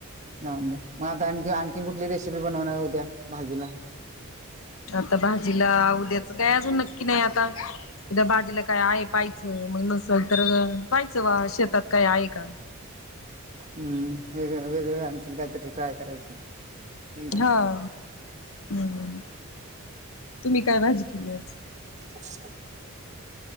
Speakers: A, on the right; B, on the left.
A: जा मग आता आणखी आणखी कुठली रेसिपी बनवणार उद्या भाजीला?
B: आता भाजीला उद्याच काय अजून नक्की नाही आता उद्या बाजीला काय आहे पाहायचं मग नसल तर पाहायचं वा शेतात काय आहे का.
A: हम् वेग वेग आनचील काहीतरी ट्राय करायचं. एकदम
B: हां असं, तुम्ही काय भाजी केली आ?
A: <inaudible>